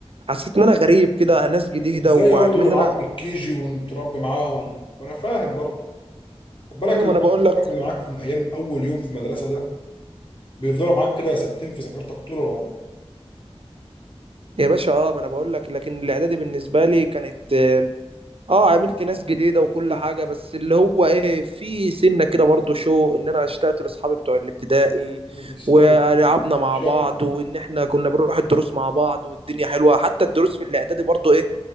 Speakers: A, on the right (about 60°); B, on the left (about 50°).
A: حسيت ان انا غريب كده ناس جديده
B: ازاي
A: وكمان
B: برضو اللي معاك
A: انا
B: من الكيجي ومتربي معاهم وانا فاهم برضو خد بالك
A: ايوه
B: اللي
A: ما انا
B: معاك
A: بقول لك
B: صحابك اللي معاك من ايام اول يوم في المدرسه ده بيفضلوا معاك كده ثابتين في ذاكرتك طول العمر
A: يا باشا اه ما انا بقول لك لكن الاعدادي بالنسبه لي كانت اه آه، عملت ناس جديده وكل حاجه بس اللي هو ايه في سنه كده برضو شو ان انا اشتقت لاصحابي بتوع الابتدائي
B: بس
A: ولعبنا
B: انت كنت انت كنت
A: مع
B: شقي
A: بعض وان احنا كنا بنروح الدروس مع بعض والدنيا حلوه حتى الدروس في الاعدادي برضو ايه